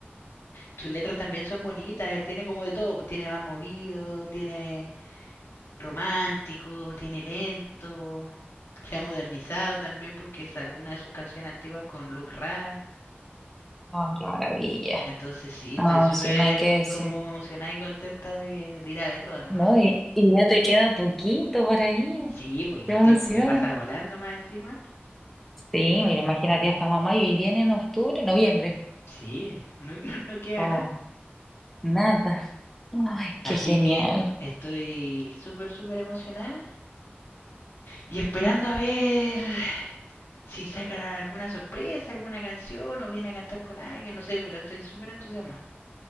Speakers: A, on the left (about 80°); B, in the centre.
A: tus letras también son bonitas. Tiene como de todo. Pues tiene más movido, tiene romántico, tiene lento. Se ha modernizado también porque sacó una de sus canciones antiguas con Luke Ra.
B: ¡Ay, qué maravilla!
A: Entonces sí,
B: No,
A: estoy súper
B: si no hay que decir.
A: como emocionada y contenta de, de ir a verlo de nuevo.
B: No, y, y ya te queda poquito por ahí.
A: Sí, porque
B: ¡Qué
A: el
B: emoción!
A: tiempo que pasa volando más encima.
B: Sí, mira, imagínate hasta mamá y viene en octubre, noviembre.
A: Sí, no, <laughs> no- no queda
B: Oh,
A: nada.
B: nada. ¡Ay,
A: Así
B: qué genial!
A: que estoy súper, súper emocionada. Y esperando a ver si saca alguna sorpresa, alguna canción o viene a cantar con alguien, no sé, pero estoy súper entusiasmada.